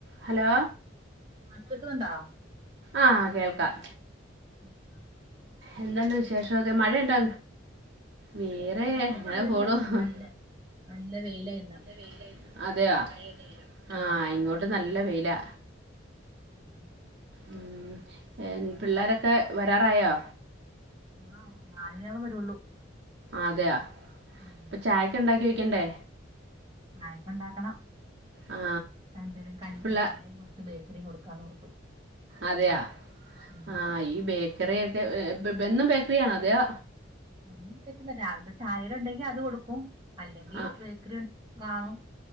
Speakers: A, on the right (about 60°); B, on the right (about 20°).
A: Hello
B: ആഹ് കേക്കുന്നുണ്ടോ
A: ആഹ് കേൾക്കാം
B: ആ അ
A: എന്തോണ്ട് വിഷേശോക്കെ മഴയൊണ്ടോ വേറെ
B: ഇന്ന്
A: ങ്ങനെ
B: മഴയൊന്നുല്ല
A: പോണു വിടെ
B: നല്ല നല്ല വെയിലാ ഇന്ന്
A: വെയിലാരുന്നു മഴയൊന്നുല്ല അതെയാ ആ
B: ആഹ്
A: ഇങ്ങോട്ട് നല്ല വെയിലാ
B: ആഹ്
A: ഉം ഏൻ പിള്ളാരക്കെ വരാറായോ?
B: ആഹ് നാലരയാവുമ്പം വരുള്ളൂ
A: ആതെയാ
B: ഉം
A: പ്പ ചായക്കെണ്ടാക്കി വെ ക്കണ്ടേ
B: അയിപ്പണ്ടാക്കണം
A: ആ
B: എന്തേലും കടീം
A: പിള്ള
B: കടിഞ്ചായേം കൊട് ത്ത് ബേക്കറീം കൊടുക്കാന്നോർത്തു
A: അതെയാ
B: ഉം
A: ആഹ് ഈ ബേക്കറിയക്കെ എ എ ബെന്നും ബേക്കറിയാണാ അതെയാ
B: എന്നും ബേക്കില്ല രാവിൽത്തെ ചായേടെ ഉണ്ടെങ്കി അത് കൊടുക്കും അല്ലെങ്കി
A: ആ
B: ബേക്കറി കാണും